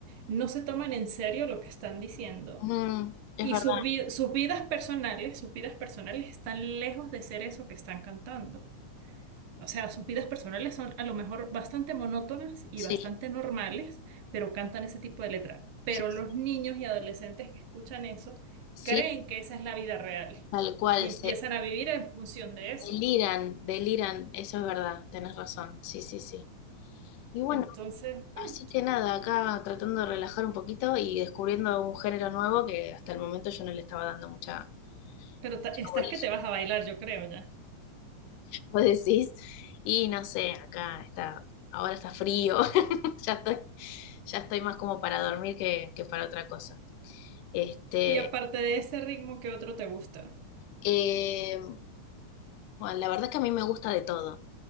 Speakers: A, on the right; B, on the left.
A: no se toman en serio lo que están diciendo
B: Mm, es
A: y
B: verdad,
A: sus vi- sus vidas personales, sus vidas personales están lejos de ser eso que están cantando. O sea, sus vidas personales son a lo mejor bastante monótonas y
B: sí,
A: bastante normales, pero cantan ese tipo de letra. Pero
B: sí, sí,
A: los niños y adolescentes que escuchan eso
B: sí,
A: creen que esa es la vida real
B: tal cual,
A: y empiezan
B: se
A: a vivir en función de eso.
B: deliran, deliran, eso es verdad, tenés razón, sí, sí, sí. Y bueno,
A: Entonces, bueno.
B: así que nada, acá tratando de relajar un poquito y descubriendo un género nuevo que hasta el momento yo no le estaba dando mucha,
A: Pero ta-
B: mucha
A: estás
B: bolilla.
A: que te vas a bailar, yo creo ya.
B: <laughs> Vos decís, y no sé, acá está, ahora está frío, <laughs> ya estoy, ya estoy más como para dormir que, que para otra cosa. Este,
A: Y aparte de ese ritmo, ¿qué otro te gusta?
B: eh, bueno, la verdad que a mí me gusta de todo,